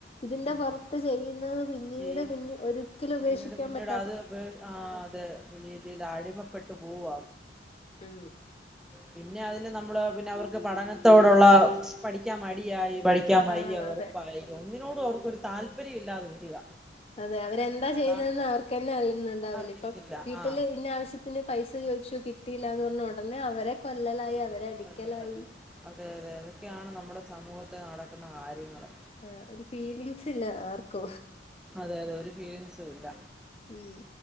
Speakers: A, on the left; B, in the centre.
A: ഇതിന്റെ
B: ഉം
A: പുറത്ത് ചെയ്യുന്നത് പിന്നീട്
B: ചെയ്യും
A: പിന്ന ഒരിക്കലും ഉപേക്ഷിക്കാൻ
B: പിന്നീട് പിന്നീട്
A: പറ്റ
B: അത് ആഹ് അത രീതിയിൽ അടിമപ്പെട്ട് പോവോ
A: മ്
B: പിന്നെ അതിന് നമ്മള് പിന്നെ അവർക്ക് പഠനത്തോടുള്ള പഠിക്കാൻ മടിയായി പഠിക്കാൻ വയ്യ
A: ആഹ്
B: വെറുപ്പായി
A: അതെ
B: <inaudible> താല്പര്യ ഇല്ലാതെ വരിക
A: അതെ അവരെന്താ ചെയ്യുന്നെന്ന്
B: അതാണ്
A: അവർക്കെന്നെ അറിയ്ന്ന്ണ്ടാവില്ല
B: അറിയത്തില്ല
A: ഇപ്പം വീട്ടില്
B: ആ
A: ഇന്ന ആവശ്യത്തിന് പൈസ ചോദിച്ചു കി ട്ടീല്ലാന്ന് പറഞ്ഞ ഉടനെ അവരെ കൊല്ലലായി അവരെ
B: <inaudible>
A: അടി ക്കലായി
B: കാര്യങ്ങള്
A: ആ ഒരു ഫീലിങ്സ് ഇല്ല ആർക്കും
B: അതെ അതെ ഒരു ഫീലിങ്സും ഇല്ല
A: ഉം